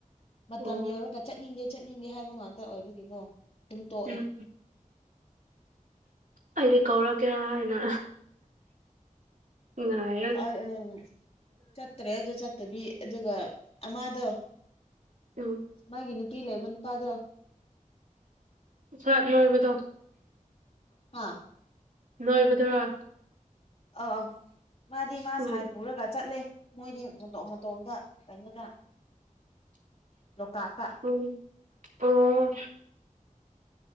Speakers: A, on the left; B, on the right.
A: ꯃꯇꯝ
B: ꯑꯣ
A: ꯌꯧꯔꯒ ꯆꯠꯅꯤꯡꯗꯦ ꯆꯠꯅꯤꯡꯗꯦ ꯍꯥꯏꯕ ꯉꯥꯛꯇ ꯑꯣꯏꯕꯒꯤꯀꯣ ꯑꯗꯨꯝ ꯇꯣꯛꯑꯦ
B: ꯎꯝ ꯑꯩꯗꯤ ꯀꯧꯔꯛꯀꯦꯔꯥ ꯍꯥꯏꯅ ꯉꯥꯏ
A: ꯑꯥ ꯑꯝ ꯆꯠꯇ꯭ꯔꯦ ꯑꯗꯨ ꯆꯠꯇꯕꯤ ꯑꯗꯨꯒ ꯑꯃꯗꯣ
B: ꯎꯝ
A: ꯃꯥꯒꯤ ꯅꯨꯄꯤ ꯂꯩꯕ ꯅꯨꯄꯥꯗꯣ
B: ꯃꯁꯥ ꯅꯣꯏꯕꯗꯣ
A: ꯍꯥ
B: ꯅꯣꯏꯕꯗꯨꯔꯥ
A: ꯑ ꯑ ꯃꯥꯗꯤ ꯃꯥ
B: ꯎꯝ
A: ꯁꯥꯏ ꯄꯨꯔꯒ ꯆꯠꯂꯦ ꯃꯣꯏꯗꯤ ꯃꯇꯣꯝ ꯃꯇꯣꯝꯗ ꯀꯩꯅꯣꯗ ꯂꯣꯛꯇꯥꯛꯇ
B: ꯎꯝ ꯑꯣ